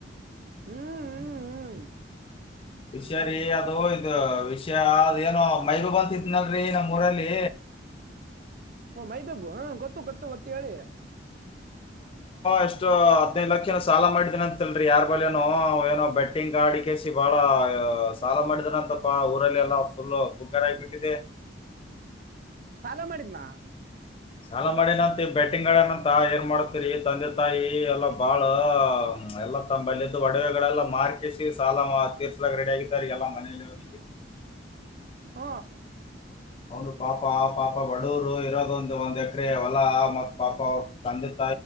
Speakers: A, on the right; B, on the left.
A: ಹ್ಮ್ ಹ್ಮ್ ಹ್ಮ್
B: ಹಷಾರಿ ಅದು ಇದುಷ ಅದ ಏನೋ ಮೈಬ ಬಂತಿತ್ನಲ್ರರಿ ನಮ್ಮ್ ಊರಲ್ಲಿ
A: ಓ ಮೈಬಾಬು ಹಾ ಗೊತ್ತು ಗೊತ್ತು ಗೊತ್ತ ಹೇಳಿ
B: ಎಷ್ಟು ಹದ್ನೈದು ಲಕ್ಷ ಸಾಲ ಮಾಡಿದೇನ ಅಂತಲ್ರಿ ಯಾರ್ ಬಳಿನು ಏನೋ ಬೆಟ್ಟಿಂಗ್ ಆಡಿಕ ಬಹಳ ಸಾಲ ಮಾಡಿದ್ರ ಅಂತಪ್ಪಾ ಊರಲ್ಲಿ ಎಲ್ಲಾ ಫುಲ್ ಪುಕಾರಾರ ಆಗಬಿಟ್ಟಿದೆ <inaudible>
A: ಸಾಲ ಮಾಡಿದ್ನಾ
B: ಸಾಲ ಮಾಡಿನಂತ ಬೆಟ್ಟಿಂಗ್ ಅಡನಂತ ಏನ್ ಮಾಡತರಿ ತಂದೆ ತಾಯಿ ಎಲ್ಲ ಬಾಳ ಹ್ಮ ಎಲ್ಲಾ ತಮ್ಮಲ್ಲಿದ್ದು ಒಡವೆಗಳಲ್ಲ ಮಾರ್ಕಸಿ ಸಾಲ ತೀರ್ಸ್ಲಕ್ ರೆಡಿ ಆಗಿದಾರ ಎಲ್ಲಾ ಮನಲಿ ಅವನಿಗೆ <inaudible>
A: ಹ
B: ಅವಂದು ಪಾಪ ಪಾಪ ಬಡವರು ಇರೋದ ಒಂದ ಒಂದ್ ಎಕರೆ ಹೊಲ ಮತ್ ಪಾಪ ತಂದಿತ್ತ